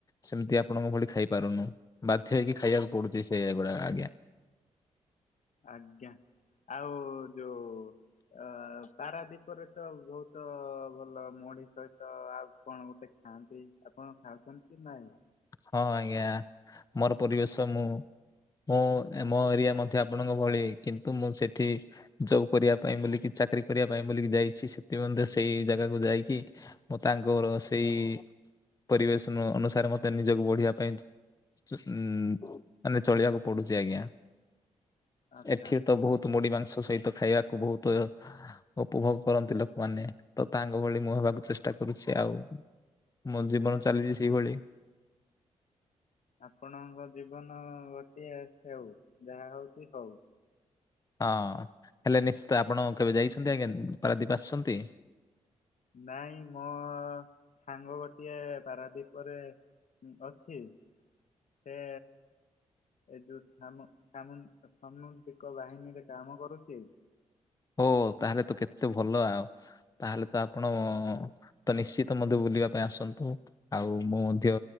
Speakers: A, on the left; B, on the left.
A: ସେମିତି ଆପଣଙ୍କ ଭଳି ଖାଇ ପାରୁନୁ ବାଧ୍ୟ ହେଇକି ଖାଇବାକୁ ପଡୁଛି ସେ ଭଳିଆ ଆଜ୍ଞା।
B: ଆଜ୍ଞା ଆଉ ଯୋଉ ଅ ପାରାଦୀପରେ ତ ବହୁତ ଭଲ ମଢି ସହିତ ଆଉ କଣ ଗୋଟେ ଖାଆନ୍ତି ଆପଣ ଖାଉଛନ୍ତିକି ନାଇଁ।
A: ହଁ ଆଜ୍ଞା ମୋର ପରିବେଶ ମୁଁ ମୁଁ ମୋ ଏରିଆ ମଧ୍ୟ ଆପଣଙ୍କ ଭଳି କିନ୍ତୁ ମୁଁ ସେଠି ଜବ କରିବା ପାଇଁ ବୋଲିକି ଚାକିରୀ କରିବା ପାଇଁ ବୋଲିକି ଯାଇଛି ସେଥିମ ସେଇ ଜାଗାକୁ ଯାଇକି ମୁଁ ତାଙ୍କର ସେଇ ପରିବେଶନ ଅନୁସାରେ ମ ତେ ନିଜକୁ ବଢିବା ପାଇଁ ଉଁ ମାନେ ଚଳିବାକୁ ପଡୁଛି ଆଜ୍ଞା।
B: ଆଚ୍ଛା
A: ଏଠି ତ ବହୁତ ମୁଢି ମାଂସ ସହିତ ଖାଇବାକୁ ବହୁତ ଉପଭୋଗ କରନ୍ତି ଲୋକମାନେ ତ ତାଙ୍କ ଭଳି ମୁଁ ହେବାକୁ ଚେଷ୍ଟା କରୁଛି ଆଉ। ମୋ ଜୀବନ
B: ଆଚ୍ଛା।
A: ଚାଲିଛି ସେଇଭଳି।
B: ଆପଣଙ୍କ ଜୀବନ ଗୋଟିଏ ସେଉ ଯାହା ହଉଛି ହଉ।
A: ହଁ ହେଲେ ନିଶ୍ଚିତ ଆପଣ କେବେ ଯାଇଛନ୍ତି ଆଜ୍ଞା ପାରାଦୀପ ଆସିଛନ୍ତି।
B: ନାଇଁ ମୋ ସାଙ୍ଗ ଗୋଟିଏ ପାରାଦୀପରେ ଅଛି ସେ ଏ ଯୋଉ ସାମୁ ସାମୁ ସାମୁଦ୍ରିକ ବାହିନୀରେ କାମ କରୁଛି।
A: ଓ ତାହେଲେ ତ କେତେ ଭଲ ଆଉ ତାହେଲେ ତ ଆପଣ। ତ ନିଶ୍ଚିତ ମଧ୍ୟ ବୁଲିବା ପାଇଁ ଆସନ୍ତୁ ଆଉ ମୁଁ ମଧ୍ୟ